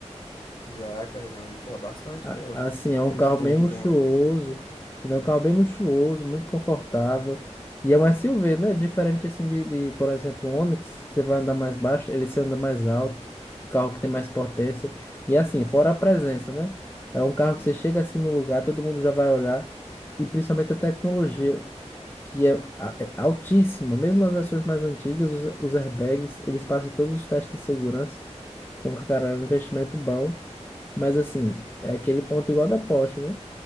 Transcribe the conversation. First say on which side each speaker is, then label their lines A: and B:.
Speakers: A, on the left (about 35°); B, on the left (about 15°).
A: Já, cara, já ouvi falar bastante
B: A-
A: dela.
B: Assim, é um
A: O que
B: carro
A: que tem
B: bem
A: de
B: luxuoso.
A: bom aí?
B: Ele é um carro bem luxuoso, muito confortável. E é um SUV, né? Diferente assim de, de, por exemplo, o Onix, que você vai andar mais baixo, ele se anda mais alto, um carro que tem mais potência. E assim, fora a presença, né? É um carro
A: Sim.
B: que você chega assim no lugar, todo mundo já vai olhar. E principalmente a tecnologia, que é a- é altíssima. Mesmo as versões mais antigas, os, os airbags, eles passam todos os testes de segurança. Então, cara, é um investimento bom. Mas assim, é aquele ponto igual da Porsche, né?